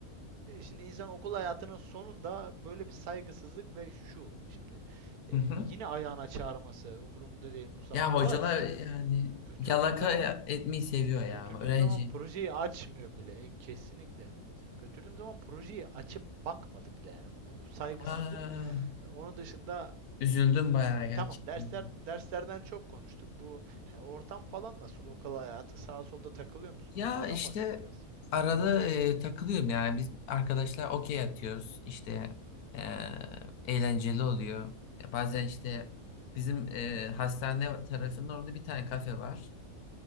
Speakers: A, on the right (about 80°); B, on the left (about 80°).
A: e, Şimdi insan okul hayatının sonunda böyle bir saygısızlık ve şu şimdi e,
B: Hı hı.
A: yine ayağına çağırması umurumda değil Musab.
B: Ya
A: Olay
B: hocalar
A: şu.
B: yani
A: Götürdüğüm
B: yalaka
A: zaman
B: etmeyi seviyor ya
A: götürdüğüm
B: öğrenci.
A: zaman projeyi açmıyor bile E, kesinlikle. Götürdüğüm zaman projeyi açıp bakmadı bile yani. Bu, bu saygısızlık.
B: Aa,
A: E, onun dışında
B: üzüldüm bayağı gerçekten.
A: tamam dersler derslerden çok konuştuk. Bu e, ortam falan nasıl? Okul hayatı sağa solda takılıyor musun?
B: Ya
A: Onlardan
B: işte
A: bahset biraz.
B: arada e, takılıyorum yani biz arkadaşlar okey atıyoruz işte e,
A: Hı hı.
B: eğlenceli oluyor. Ya bazen işte bizim e, hastane tarafının orada bir tane kafe var.